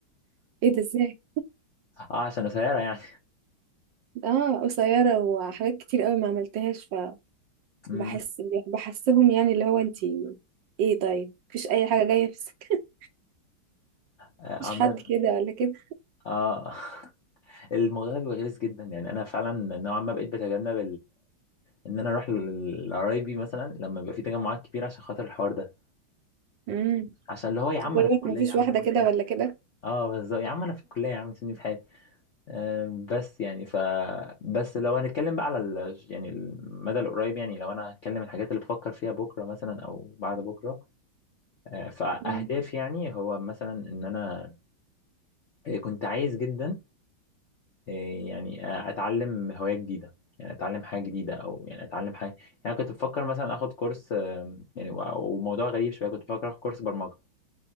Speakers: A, on the right (about 75°); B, on the left (about 60°).
A: ايه ده ازاي
B: اه عشان قصيره يعني
A: اه قصيره وحاجات كتير قوي ما عملتهاش
B: <laughs> امم
A: فبحس بحسهم يعني اللي هو انتي ايه طيب مفيش اي حاجه جايه في السكه
B: آه،
A: مفيش
B: عمال
A: حد كده ولا كده
B: اه <laughs> الموضوع ده بيبقى غلس جدا يعني انا فعلا نوعا ما بقيت بتجنب ان انا اروح لل- لقرايبي مثلا لما يبقى في تجمعات كبيره عشان خاطر الحوار ده
A: مم.
B: عشان اللي هو يا عم
A: بقول
B: انا في
A: لك
B: الكليه
A: مفيش
B: يا عم
A: واحدة
B: سيبني
A: كده
B: في حالي
A: ولا كده
B: اه بالظبط يا عم انا في الكليه يا عم سيبني في حالي آه بس يعني ف بس لو هنتكلم بقى على ال... يعني المدى القريب يعني لو انا هتكلم الحاجات اللي بفكر فيها بكره مثلا او بعد بكره آه فاهداف
A: مم.
B: يعني هو مثلا ان انا آه، كنت عايز جدا إيه يعني آه، اتعلم هواية جديدة يعني اتعلم حاجة جديدة او يعني اتعلم حاجة يعني كنت بفكر مثلا اخد كورس آم، يعني و- وموضوع غريب شوية كنت بفكر اخد كورس برمجة